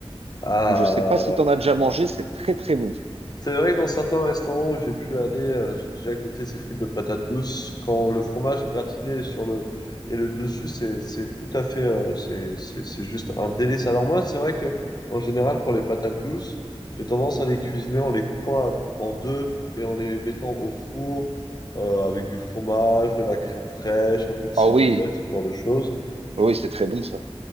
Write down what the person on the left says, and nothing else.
Ah,
C'est vrai que dans certains restaurants où j'ai pu aller, euh, j'ai déjà goûté ces frites de patates douces. Quand le fromage gratiné est sur le et le dessus, c'est c'est tout à fait, euh, c'est c'est c'est juste un délice. Alors moi, c'est vrai que en général pour les patates douces, j'ai tendance à les cuisiner en les coupant en deux et en les mettant au four euh, avec du fromage, de la crème fraîche, un peu de ciboulette,
ce genre de choses.